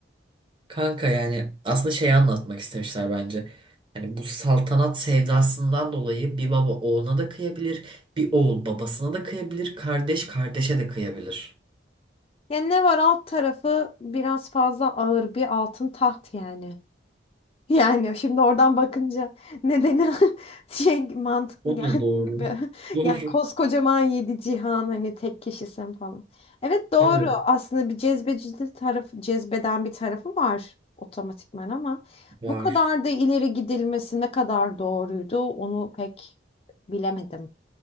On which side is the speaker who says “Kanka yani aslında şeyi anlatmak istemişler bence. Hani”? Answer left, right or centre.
Right